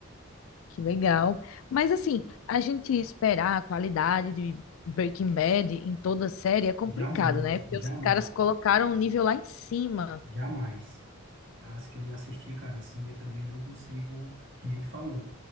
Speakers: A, on the left; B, on the right.
A: que legal. Mas assim, a gente esperar a qualidade de Breaking Bad em toda série é complicado,
B: Jamais,
A: né? Porque
B: jamais,
A: os caras colocaram o nível lá em cima.
B: jamais. As que eu já assisti, cara, assim, eu também não consigo, que nem tu falou.